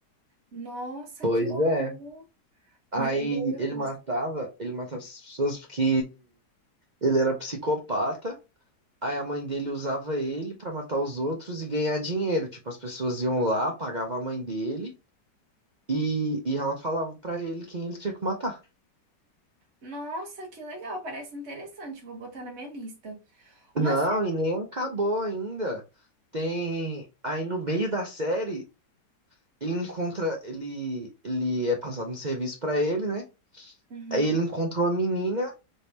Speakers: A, on the right; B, on the right.
A: Nossa,
B: Pois
A: que horror!
B: é. Aí
A: Meu Deus!
B: ele matava, ele matava as pessoas porque ele era psicopata. Aí a mãe dele usava ele pra matar os outros e ganhar dinheiro. Tipo, as pessoas iam lá, pagavam a mãe dele e, e ela falava pra ele quem ele tinha que matar.
A: Nossa, que legal! Parece interessante. Vou botar na minha lista. Uma
B: Não,
A: série.
B: e nem acabou ainda. Tem. Aí no meio da série, ele encontra. Ele, ele é passado um serviço pra ele, né?
A: Uhum.
B: Aí ele encontrou uma menina